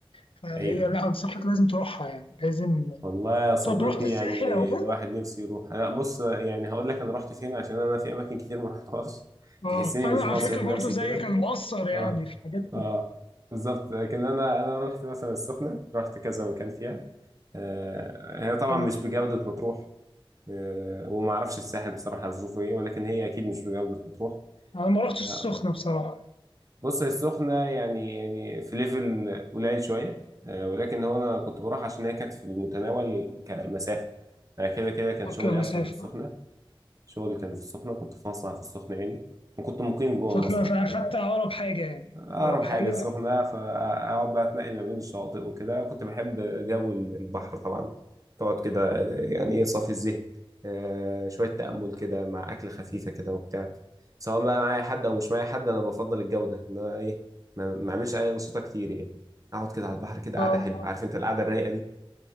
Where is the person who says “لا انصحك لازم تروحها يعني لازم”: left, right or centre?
Left